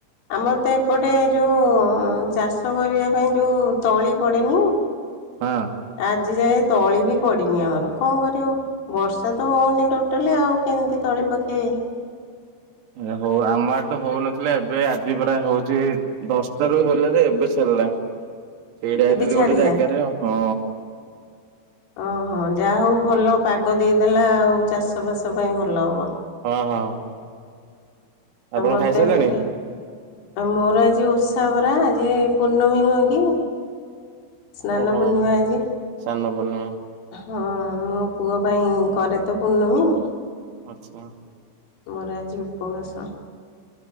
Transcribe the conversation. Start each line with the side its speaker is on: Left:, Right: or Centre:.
Left: ଆମର ତ ଏପଟେ ଯୋଉଁ ହଁ, ଚାଷ କରିବା ପାଇଁ ଯଉଁ ତଳି ପଡ଼େନି!
Right: ହଁ
Left: ଆଜି ଯାଏଁ ତ୍ ତଳି ବି ପଡ଼ିନି ଆମର। କଣ କରିବ! ବର୍ଷା ତ ହଉନି ଟୋଟାଲି ଆଉ କେମିତି ତଳି ପକେଇବେ?
Right: ଓହୋ ଆମ ଆଡ ତ ହଉନଥିଲା ଏବେ ଆଜି ପରା ହଉଛି ଦଶଟାରୁ ହେଲେ ଯେ ଏବେ ସରଲା। ସେଇଟା ଆଇଥିଲୁ
Left: ଏବେ ଛାଡ଼ିଲା
Right: ଗୋଟେ ଜାଗାରେ ହଁ।
Left: ଓହୋ ଯାହା ହଉ ଭଲ ପାଗ ଦେଇଦେଲା ଆଉ ଚାଷବାସ ପାଇଁ ଭଲ ହବ।
Right: ହଁ ହଁ। ଆପଣ
Left: ଆଉ ମତେ
Right: ଖାଇସାରିଲେଣି?
Left: ଏପଟେ ଆଉ ମୋର ଆଜି ଓଷା ବରା ଯେ ପୂର୍ଣ୍ଣମୀ ନୁହେଁ କି ସ୍ନାନ
Right: ଓହୋ
Left: ପୂର୍ଣ୍ଣିମା ଆଜି।
Right: ସାନ ପୂର୍ଣ୍ଣିମା
Left: ହଁ ମୋ ପୁଅ ପାଇଁ କରେ ତ ପୂର୍ଣ୍ଣମୀ।
Right: ଆଚ୍ଛା।
Left: ମୋର ଆଜି ଉପବାସ।